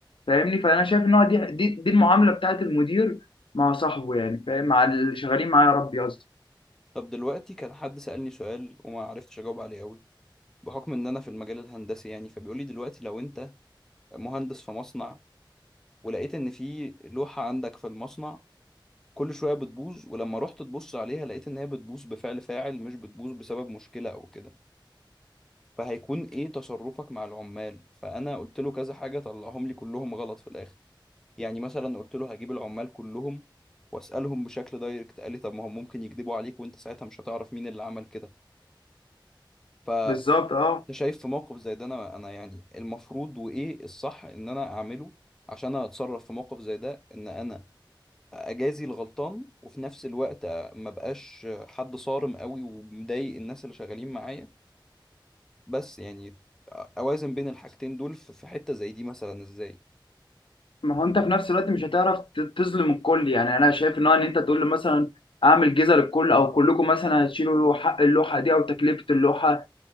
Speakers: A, on the left (about 90°); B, in the centre.
A: فاهمني فانا شايف ان هو دي دي, دي المعامله بتاعت المدير مع صاحبه يعني فاهم مع اللي شغالين معاه يا ربي قصدي
B: طب دلوقتي كان حد سألني سؤال وما عرفتش أجاوب عليه قوي بحكم إن أنا في المجال الهندسي يعني فبيقول لي دلوقتي لو أنت مهندس في مصنع ولقيت إن في لوحة عندك في المصنع كل شوية بتبوظ ولما رحت تبص عليها لقيت إن هي بتبوظ بفعل فاعل مش بتبوظ بسبب مشكلة أو كده فهيكون إيه تصرفك مع العمال فأنا قلت له كذا حاجة طلعهم لي كلهم غلط في الآخر يعني مثلا قلت له هجيب العمال كلهم وأسألهم بشكل دايركت قال لي طب ما هم ممكن يكذبوا عليك وأنت ساعتها مش هتعرف مين اللي عمل كده ف
A: بالظبط اه
B: انت شايف في موقف زي ده انا انا يعني المفروض وايه الصح ان انا اعمله عشان اتصرف في موقف زي ده ان انا اجازي الغلطان وفي نفس الوقت ما بقاش حد صارم قوي ومضايق الناس اللي شغالين معايا بس يعني اوازن بين الحاجتين دول في في حتة زي دي مثلا ازاي
A: ما هو انت في نفس الوقت مش هتعرف ت- تظلم الكل يعني انا شايف ان هو ان انت تقول له مثلا اعمل جزء للكل او كلكم مثلا هتشيلوا حق اللوحه دي او تكلفه اللوحه